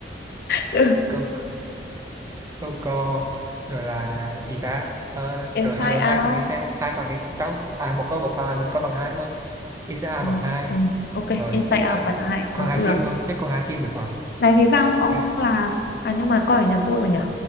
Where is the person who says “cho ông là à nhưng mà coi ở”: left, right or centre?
Left